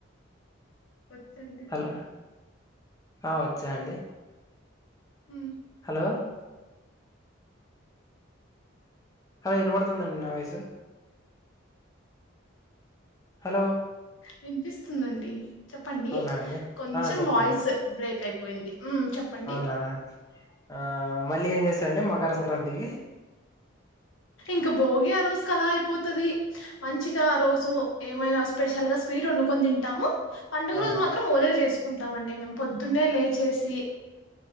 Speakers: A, on the left (about 80°); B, on the left (about 15°).
A: వచ్చండి
B: హలో ఆ వచ్చా అండి
A: హు
B: హలో హా ఇన్బడుతుందండి నా వాయిస్ హలో
A: వినిపిస్తుందండి చెప్పండి
B: అవునా అండి
A: కొంచెం
B: ఆ చెప్పండి
A: వాయిస్ బ్రేక్ అయిపోయింది హ్మ్. చెప్పండి.
B: అవునా ఆ మళ్ళీ ఏం చేస్తారండి మాకు గరం గరం ది
A: ఇంక భోగి ఆ రోజు క అలా అయిపోతుది మంచిగా ఆ రోజు ఏమైనా స్పెషల్ గా స్వీట్ వండుకొని తింటాము పండుగ
B: అవును
A: రోజు మాత్రం ఒలిగా చేసు ఉంటామండి మేము పొద్దున్నే లేచేసి